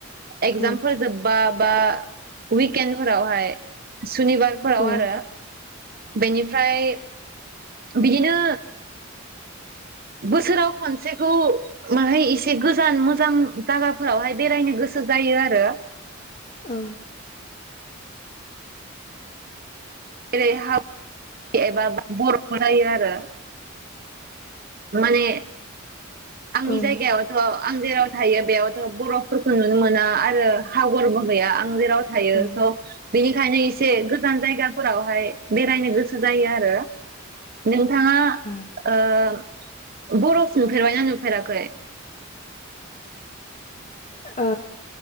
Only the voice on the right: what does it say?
एक्जामफोर
जोब्बा बा उइकेन फोरावहाय सुनिबारफोराव
आरो बेनिफ्राय बिदिनो बोसोराव खनसेखौ माहाय एसे गोजान मोजां जागाफोरावहाय बेरायनो गोसो जायो आरो
जेरै हाब एबा बर'खौ रायो आरो माने आंनि
जायगायावथ' आं जेराव थायो बेयावथ' बर'फोरखौ नुनो मोना आरो हागरबो गैया आं जेराव थायो
स बेनिखायनो से गोजान जायगाफोरावहाय बेरायनो गोसो जायो आरो नों थाङा
ओ बरफ नुफेरबायना नुफेराखै?